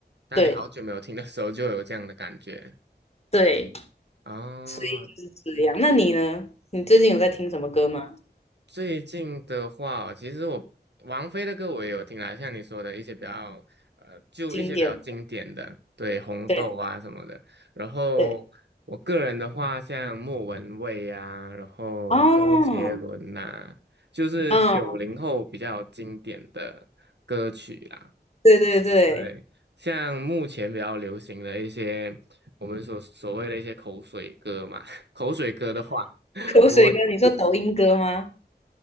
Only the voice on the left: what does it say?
对
对，
所以就是这样。
那你呢？你最近有在听什么歌吗？
经典。
对。
对，
哦，
嗯，对对对，
口水歌，
你说抖音歌吗？